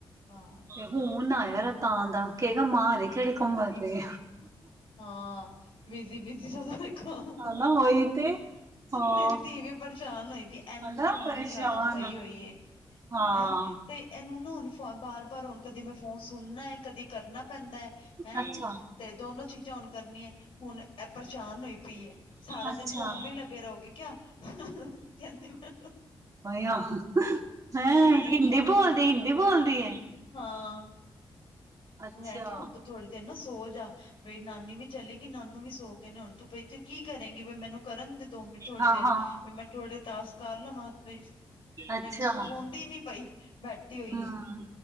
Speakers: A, on the left; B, on the right.
A: ਹਾਂ
B: ਤੇ ਹੁਣ ਆਇਆ ਤਾਂ ਦਾ ਕਹੇਗਾ ਮਾਂ ਹਜੇ ਕਿਹੜੇ ਕੰਮਾਂ ਵਾਸਤੇ
A: ਹਾਂ ਬਿਜੀ-ਬਿਜੀ ਜਦੋਂ ਦੇਖੋ,
B: ਹਨਾ ਉਹੀ ਤੇ ਹਾਂ
A: ਮੇਰੀ ਧੀ ਵੀ ਪਰੇਸ਼ਾਨ ਹੋਈ ਦੀ ਹੈ ਇਹਨੂੰ
B: ਹਨਾ
A: ਨਾ ਫੋਨ
B: ਪਰੇਸ਼ਾਨ
A: ਦੀ ਆਦਤ ਪਈ ਹੋਈ ਏ,
B: ਹਾਂ
A: ਹੈਂ ਤੇ ਇਹਨੂੰ ਨਾ ਹੁਣ ਫ਼ੋਨ ਬਾਰ-ਬਾਰ ਹੁਣ ਕਦੀ ਮੈਂ ਫੋਨ ਸੁਣਨਾ ਕਦੀ ਕਰਨਾ ਪੈਂਦਾ ਹੈਂ
B: ਅੱਛਾ
A: ਤੇ ਦੋਨੋ ਚੀਜ਼ਾਂ ਕਰਨੀ ਹੈ ਹੁਣ ਇਹ ਪਰੇਸ਼ਾਨ ਹੋਈ ਪਈ ਸਾਰਾ
B: ਅੱਛਾ
A: ਦਿਨ ਫੋਨ ਮੇ ਲੱਗੇ ਰਹੋਗੇ ਕਿਆ। ਕਹਿੰਦੀ ਮੈਨੂੰ
B: ਬਈਆ, ਹੈਂ
A: ਮੈਂ
B: ਹਿੰਦੀ
A: ਕਿਹਾ
B: ਬੋਲਦੀ ਹਿੰਦੀ ਬੋਲਦੀ ਏ।
A: ਹਾਂ
B: ਅੱਛਾ
A: ਮੈਂ ਕਿਹਾ ਹੁਣ ਤੂੰ ਥੋੜੀ ਦੇਰ ਨਾ ਸੋ ਜਾ ਬਈ ਨਾਨੀ ਵੀ ਚਲੀ ਕਿ ਨਾਨੂ ਵੀ ਸੋ ਗਏ ਨੇ ਹੁਣ ਤੂੰ ਬਈ ਤੂੰ ਕੀ ਕਰੇਗੀ ਬਈ ਮੈਨੂੰ ਕਰਨ ਦੇ ਦੋ ਮਿੰਟ ਥੋੜੀ
B: ਹਾਂ
A: ਦੇਰ।
B: ਹਾਂ
A: ਮੈ ਥੋੜੇ ਟਾਕਸ ਕਰ ਲਵਾਂ ਮੈਂ ਪਲੀਸ।
B: ਅੱਛਾ
A: ਮੈਂ ਇੱਕ ਸੌਨਦੀ ਨੀ ਪਈ ਬੈਠੀ ਹੋਈ
B: ਹਮ
A: ਹੈ।